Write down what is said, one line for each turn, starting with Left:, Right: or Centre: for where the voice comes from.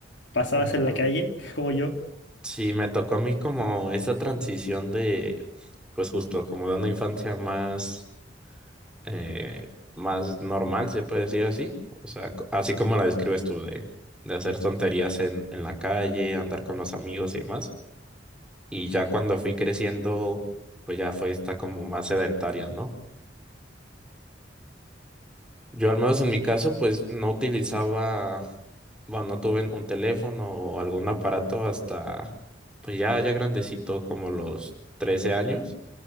Left: pasabas
Centre: Eh,
Left: en la calle, <laughs> como yo.
Centre: Sí, me tocó a mí como esa transición de, pues justo como de una infancia más, eh, más normal, se puede decir así, o sea, co- así como la describes tú, de, de hacer tonterías en, en la calle, andar con los amigos y demás, y ya cuando fui creciendo, pues ya fue esta como más sedentaria, ¿no? Yo al menos en mi caso, pues no utilizaba, bueno, no tuve un teléfono o algún aparato hasta, pues ya, ya grandecito, como los 13 años.